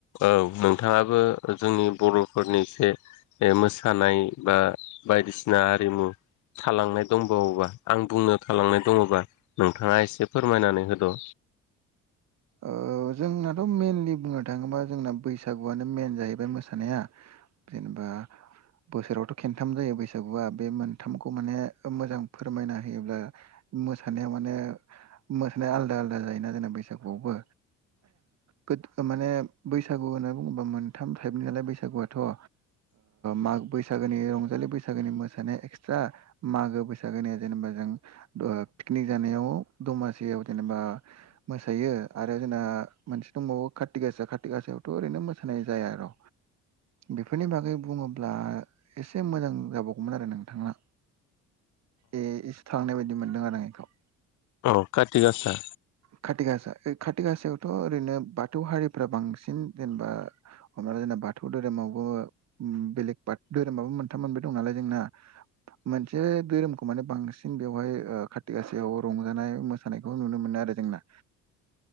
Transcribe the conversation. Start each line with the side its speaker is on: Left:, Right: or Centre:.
Left: औ नोंथाङाबो जोंनि बर'फोरनि एसे जे मोसानाय बा बायदिसिना आरिमु थालांनाय दंबावोबा आं बुंनो थालांनाय दङबा नोंथाङा एसे फोरमायनानै होद'।
Right: ओ ओ जोंनाथ' मेनलि बुंनो थाङोबा जोंना बैसागुआनो मेन जाहैबाय मोसानाया। जेनेबा बोसोरावथ' खेनथाम जायो बैसागुआ। बे मोनथामखौ माने मोजां फोरमायना होयोब्ला मोसानायाव माने मोसानाया आलदा आलदा जायोना जोंना बैसागुआवबो गोद ओ माने बैसागु होनना बुङोबा मोनथाम टाइपनि नालाय बैसागुथ'। ओ माग बैसागोनि रंजालि बैसागोनि मोसानाया एक्सट्रा मागो बैसागोनिया जेनेबा जों ओ पिकनिक जानायाव दमासियाव जेनेबा मोसायो आरो जोना मोनसे दंबावो काटिग गासा काटिग गासायावथ' ओरैनो मोसानाय जाया र'। बेफोरनि बागै बुङोब्ला एसे मोजां जाबावगौमोन आरो नोंथांआ। ए एसे थालांनाय बायदि मोनदों आरो आं एखौ।
Left: औ काथिग आसा।
Right: खाथि गासा खाथि गासायावथ' ओरैनो बाथौ हारिफ्रा बांसिन जेनेबा हमना ला जोंना बाथौ धोरोमावबो उम बेलेग बाथ धोरोमाबो मोनथाम मोनब्रै दं नालाय जोंना। मोनसे धोरोमखौ माने बांसिन बेवहाय ओ खाथि गासायाव रंजानाय मोसानायखौ नुनो मोनो। आरो जोंना।